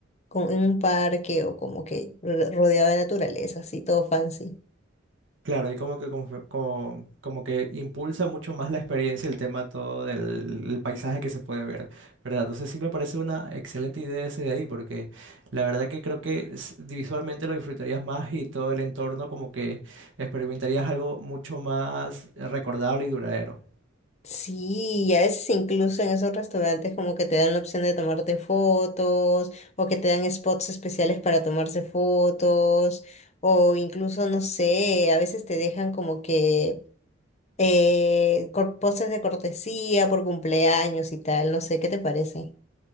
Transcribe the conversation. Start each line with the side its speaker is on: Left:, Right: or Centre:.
Left: con- en un parque o como que ro- rodeado de naturaleza, así todo fancy.
Right: Claro, y como que, confe- como, como que impulsa mucho más la experiencia el tema todo del el paisaje que se puede ver, ¿verdad? Entonces sí me parece una excelente idea ese de ahí, porque la verdad que creo que s- visualmente lo disfrutarías más y todo el entorno como que experimentarías algo mucho más recordable y duradero.
Left: Sí, y a veces incluso en esos restaurantes como que te dan la opción de tomarte fotos o que te dan spots especiales para tomarse fotos o incluso, no sé, a veces te dejan como que eh, cor- poses de cortesía por cumpleaños y tal, no sé, ¿qué te parece?